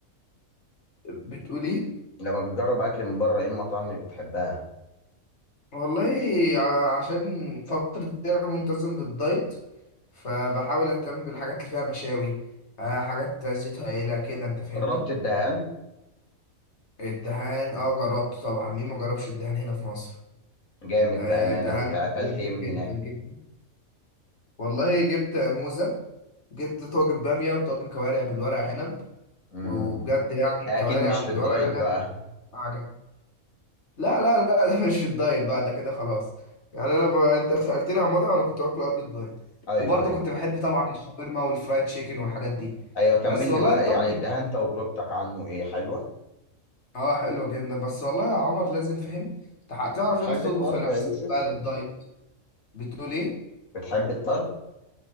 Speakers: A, on the left; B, on the left.
A: بتقول ايه
B: لما بتجرب اكل من بره ايه المطاعم اللي بتحبها
A: والله ع- عشان فتره دي انا منتظم بالدايت فبحاول اهتم بالحاجات اللي فيها مشاوي آه، حاجات زيتها قليله كده انت فاهمني
B: جربت الدهان
A: الدهان اه جربته طبعا مين ما جربش الدهان هنا في مصر
B: جامد
A: آه،
B: بأمانة
A: الدهان
B: انت
A: اكله
B: اكلت
A: نضيف
B: ايه من
A: جدا
B: هناك
A: جدا والله جبت موزه جبت طاجن بامية وطاجن كوارع بالورق عنب
B: امم
A: وبجد يعني
B: ده
A: الكوارع
B: اكيد مش
A: بالورق
B: في الدايت
A: عنب
B: بقى
A: عجب لا لا لا ده <laughs> مش في الدايت بقى ده كده خلاص يعني انا ب... انت سألتني عن مطعم انا كنت باكله قبل الدايت
B: <laughs> ايوه
A: وبرضه
B: ايوه
A: كنت بحب طبعا الشاورما والفرايد تشيكن والحاجات دي
B: ايوه كمل
A: بس والله
B: لي بقى
A: الطبخ
B: يعني الدهان تجربتك عنه ايه حلوة
A: اه حلو جدا بس والله يا عمر لازم فهم تع- تعرف
B: بتحب
A: انت تطبخ
B: الطرب
A: لنفسك
B: يا يوسف
A: بقى للدايت بتقول ايه
B: بتحب الطرب